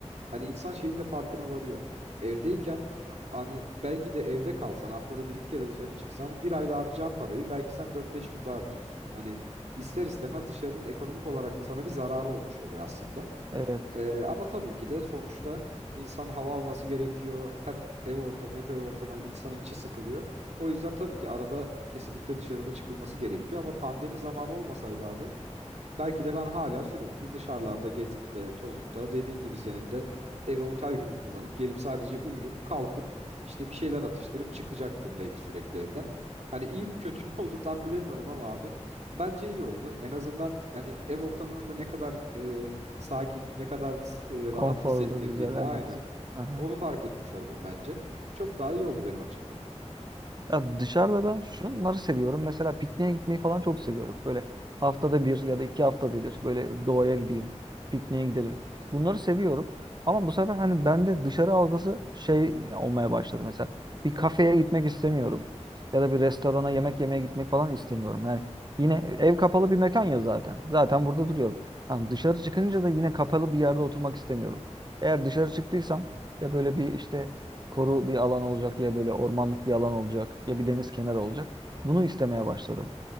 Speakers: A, on the right (about 70°); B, on the right (about 35°).
A: hani insan şeyin de farkına varıyor. Evdeyken a- hani belki de evde kalsan haftada bir iki kere dışarı çıksan bir ayda harcayacağın parayı belki sen dört beş günde harcıyorsun. Hani ister istemez dışarının ekonomik olarak da sana bir zararı olmuş oluyor aslında.
B: Evet.
A: Ee, ama tabii ki de sonuçta insan hava alması gerekiyor. Hep ev ortamı, hep ev ortamı hani insanın içi sıkılıyor. O yüzden tabii ki arada kesinlikle dışarıda çıkılması gerekiyor ama pandemi zamanı olmasaydı abi belki de ben hala sürekli dışarılarda gezip de tozup da dediğin gibi senin de evi otel gibi kullanıp gelip sadece uyuyup kalkıp işte bir şeyler atıştırıp çıkacaktım belki sürekli evden. Hani iyi mi kötü mü <laughs> oldu tam bilemiyorum ama abi bence iyi oldu. En azından hani ev ortamının da ne kadar e, sakin, ne kadar e,
B: Konforlu,
A: rahat hissettirdiğini
B: güzel,
A: aynen
B: evet. Aha.
A: onu fark etmiş oldum bence. Çok daha iyi oldu benim açımdan.
B: Ya dışarıda ben şunları seviyorum. Mesela pikniğe gitmeyi falan çok seviyorum. Böyle haftada bir ya da iki haftada bir böyle doğaya gideyim, pikniğe gidelim. Bunları seviyorum. Ama bu sefer hani bende dışarı algısı şey olmaya başladı mesela. Bir kafeye gitmek istemiyorum. Ya da bir restorana yemek yemeye gitmek falan istemiyorum. Yani yine ev kapalı bir mekan ya zaten. Zaten burada duruyorum. Yani dışarı çıkınca da yine kapalı bir yerde oturmak istemiyorum. Eğer dışarı çıktıysam ya böyle bir işte koru bir alan olacak ya böyle ormanlık bir alan olacak ya bir deniz kenarı olacak. Bunu istemeye başladım.